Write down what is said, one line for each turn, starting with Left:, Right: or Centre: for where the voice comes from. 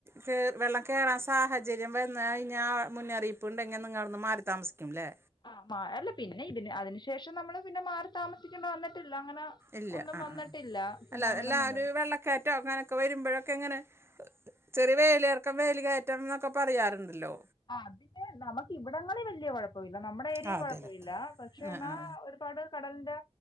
Right: കേർ വെള്ളം കേറാൻ സാഹചര്യം വന്ന് കഴിഞ്ഞൽ മുന്നറിയിപ്പ്ണ്ടെങ്കിൽ നിങ്ങളവ്ട്ന്ന് മാറി താമസിക്കുംലേ?
Left: ആ മഴല്ല, പിന്നെ ഇതിന് അതിനന്ശേഷം നമ്മള് പിന്നെ മാറി താമസിക്കേണ്ടി വന്നിട്ടില്ല അങ്ങനെ
Right: ഇല്ല
Left: ഒന്നും
Right: ആഹ്
Left: വന്നിട്ടില്ല
Right: ആഹ്
Left: സുനാമിയുടെ
Right: അല്ല, എല്ലാ
Left: മുന്നിൽ
Right: ഒരു വെള്ള കയറ്റോ അങ്ങനൊക്കെ വരുമ്പോഴൊക്കെ ഇങ്ങനെ ചെറിയ വേലി ഇറക്കം വേലികേ റ്റം ന്നൊക്കെ പറയാറുണ്ടല്ലോ
Left: ആഹ് അതിന് നമുക്ക് ഇവിടങ്ങളിൽ വലിയ കുഴപ്പമില്ല നമ്മുടെ ഏരിയക
Right: ആ
Left: കുഴപ്പമില്ല,,
Right: അതെല്ലേ
Left: പക്ഷേ
Right: ആ
Left: എന്നാ
Right: ആ
Left: ഒരു പാട് കടലിന്റെ